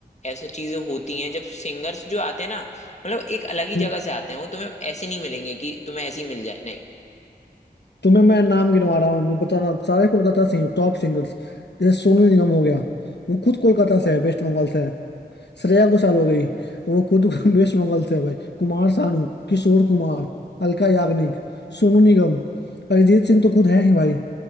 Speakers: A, on the left; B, on the left.
A: ऐसा चीजें होती हैं जब सिंगर्स जो आते हैं ना मतलब एक अलग ही
B: हम्म।
A: जगह से आते हैं वो तुम्हें ऐसे नहीं मिलेंगे कि तुम्हें ऐसे ही मिल जाए नहीं
B: तुम्हें मैं नाम गिनवा रहा हूँ बताना सारे कोलकाता से ही टॉप सिंगर्स जैसे सोनू निगम हो गया वो खुद कोलकाता से है वेस्ट बंगाल से है श्रेया घोषाल हो गई वो खुद <laughs> वेस्ट बंगाल से है भाई कुमार सानू किशोर कुमार अलका याग्निक सोनू निगम अरिजीत सिंह तो खुद है ही भाई